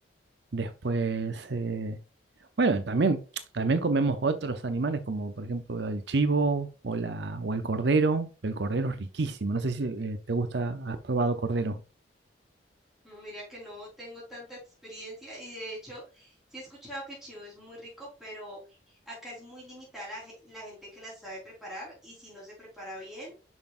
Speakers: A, on the right; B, in the centre.
A: Después, eh, bueno, también, también comemos otros animales como por ejemplo el chivo o, la, o el cordero. El cordero es riquísimo. No sé si eh, te gusta, has probado cordero.
B: No, mira que no tengo tanta experiencia y de hecho sí he escuchado que el chivo es muy rico, pero acá es muy limitada la, gen- la gente que la sabe preparar y si no se prepara bien,